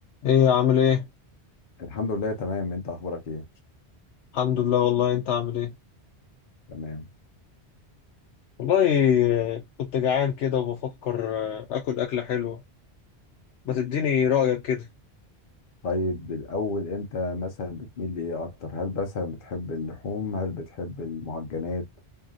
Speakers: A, on the left; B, on the left.
A: ايه عامل ايه
B: الحمد لله تمام انت اخبارك ايه
A: الحمد لله والله انت عامل ايه
B: تمام
A: والله آه، كنت جعان كده وبفكر آه، اكل اكلة حلوة ما تديني رأيك كده
B: طيب الاول انت مثلا بتميل لايه اكتر هل مثلا بتحب اللحوم هل بتحب المعجنات